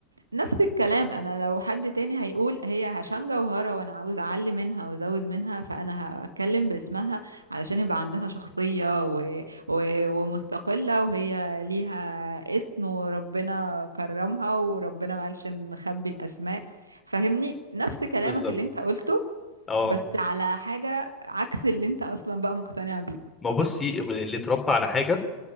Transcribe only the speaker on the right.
نفس الكلام انا لو حد تاني هيقول هي هشام جوهرة وانا عاوز اعلي منها وازود منها فانا هتكلم باسمها علشان يبقى عندها شخصية و... و... ومستقلة وهي ليها اسم وربنا كرمها وربنا ما قالش نخبي الاسماء فهمني نفس كلامك
اللي انت قلته
بس على حاجة عكس اللي انت اصلا بقى مقتنع بيه